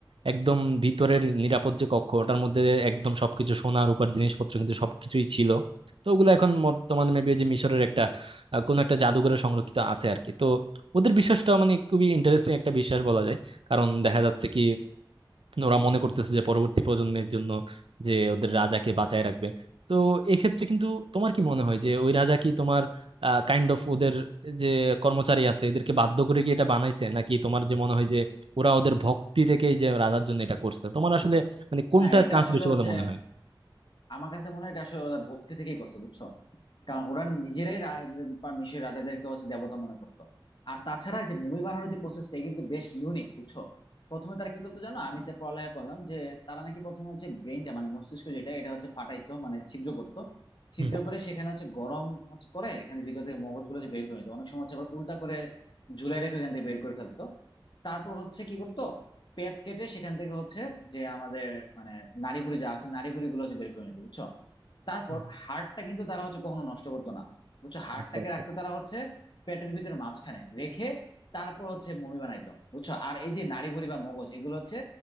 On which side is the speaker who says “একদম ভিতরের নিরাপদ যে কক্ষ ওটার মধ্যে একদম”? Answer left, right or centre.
Right